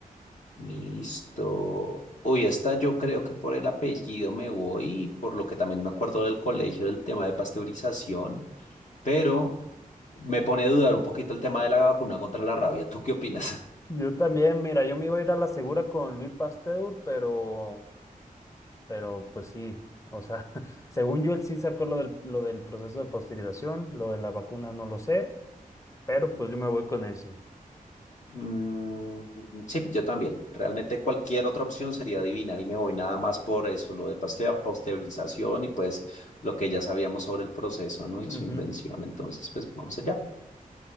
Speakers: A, on the left (about 55°); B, on the left (about 20°).
A: Listo. Uy, esta yo creo que por el apellido me voy, por lo que también me acuerdo del colegio del tema de pasteurización, pero me pone a dudar un poquito el tema de la vacuna contra la rabia. ¿Tú qué opinas?
B: Yo también, mira, yo me iba a ir a la segura con Louis Pasteur,
A: <laughs>
B: pero Pero pues sí, o sea, <laughs> según yo él sí sacó lo del, lo del proceso de pasteurización, lo de la vacuna no lo sé, pero pues yo me voy con ese.
A: Mm, sí, yo también. Realmente cualquier otra opción sería adivinar y me voy nada más por eso, lo de Pasteur, pasteurización y pues lo que ya sabíamos sobre el proceso, ¿no? Y
B: Ujú,
A: su invención. Entonces, pues vamos allá.